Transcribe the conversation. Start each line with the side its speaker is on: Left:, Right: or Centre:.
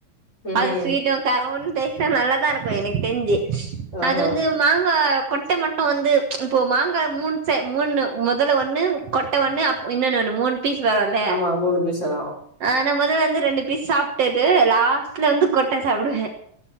Left: ம்ஹும்
Right: அது ஸ்வீட்டு காரவுன் டேஷ்ட்டா நல்லதா இருக்கு எனக் தென்தி
Left: ஓஹோ
Right: அது வந்து மாங்காப் கொட்ட மட்டு வந்து இப்போ மாங்கா மூண்சை மூணு முதல்ல ஒண்ணு கொட்ட ஒண்ணு இன்னொன்னு ஒன்னு மூண் பீஸ் வேரல்லே
Left: ஆமா மூணு பீஸ் வரு
Right: ஆனா முதல்ல இந்து ரெண்டு பீஸ் சாப்ட்டுட்டு லாஸ் ஸ்லந்து கொட்ட சாப்டுவே